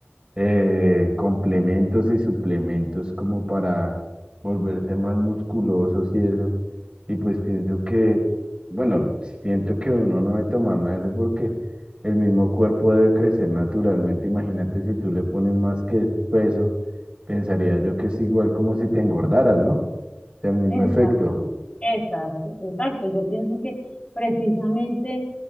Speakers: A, on the right; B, on the left.
A: eh, complementos y suplementos como para volverse más musculosos y eso. Y pues pienso que, bueno, siento que uno no debe tomar nada de eso porque el mismo cuerpo debe crecer naturalmente. Imagínate si tú le pones más que peso, pensaría yo que es igual como si te engordaras, ¿no? sea el mismo
B: Exactamente,
A: efecto.
B: exacto, exacto. Yo pienso que precisamente